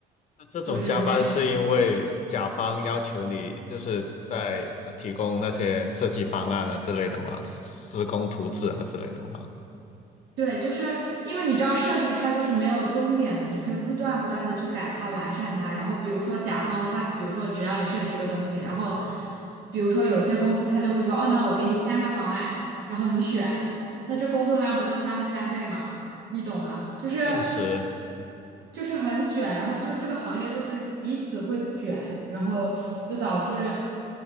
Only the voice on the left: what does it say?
那这种加班是因为甲方要求你就是在呃提供那些设计方案啊之类的吗？
施工图纸啊之类的吗？
确实，